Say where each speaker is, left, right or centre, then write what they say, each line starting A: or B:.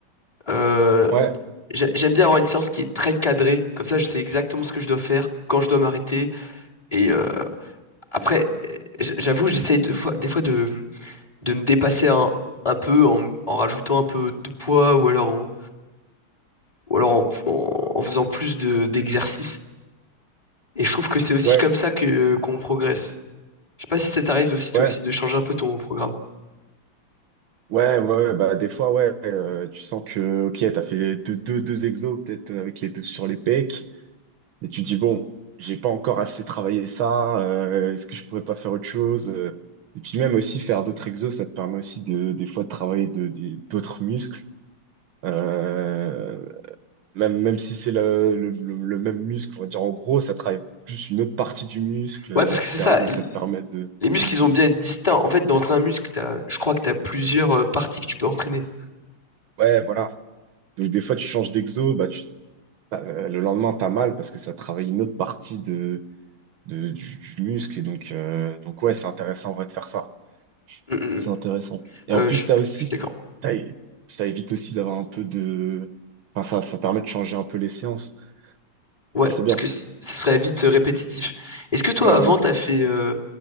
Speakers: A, on the left (about 15°); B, on the right (about 75°).
A: Euh,
B: Ouais,
A: j'a- j'aime bien avoir une séance qui est très cadrée, comme ça je sais exactement ce que je dois faire, quand je dois m'arrêter. Et euh, après, euh, j- j'avoue, j'essaye de fois- des fois de, de me dépasser un, un peu en, en rajoutant un peu de poids ou alors en, ou alors en, en- en faisant plus de, d'exercices. Et je trouve que c'est aussi
B: ouais,
A: comme ça que qu'on progresse. Je sais pas si ça t'arrive aussi toi
B: ouais,
A: aussi de changer un peu ton programme.
B: ouais, ouais, ouais, bah des fois, ouais, euh, tu sens que, ok, t'as fait deux, deux, deux exos peut-être euh, avec les deux sur les pecs, mais tu te dis, bon, j'ai pas encore assez travaillé ça, euh, est-ce que je pourrais pas faire autre chose? euh. Et puis même aussi faire d'autres exos, ça te permet aussi de, des fois de travailler de, des- d'autres muscles. Euh, même, même si c'est le, le, le, le même muscle, on va dire en gros, ça travaille plus une autre partie du muscle, euh,
A: Ouais, parce
B: etc.
A: que c'est ça.
B: Donc
A: l-
B: ça te permet de,
A: Les muscles, ils ont bien être distincts. En fait, dans un muscle, t'as- je crois que tu as plusieurs euh, parties que tu peux entraîner.
B: ouais, voilà. Donc des fois tu changes d'exo, bah tu Euh, le lendemain, t'as mal parce que ça travaille une autre partie de, de- du, du muscle. Et donc, euh, donc ouais, c'est intéressant en vrai de faire ça.
A: Mm, mm,
B: C'est
A: mm.
B: intéressant. Et
A: Euh,
B: en plus,
A: je
B: ça aussi,
A: je suis d'accord.
B: ça, é- ça évite aussi d'avoir un peu de... Enfin, ça, ça permet de changer un peu les séances.
A: Ouais,
B: Donc, c'est bien.
A: parce que c- ça serait vite euh, répétitif. Est-ce que toi,
B: Ouais,
A: avant,
B: voilà.
A: t'as fait... euh,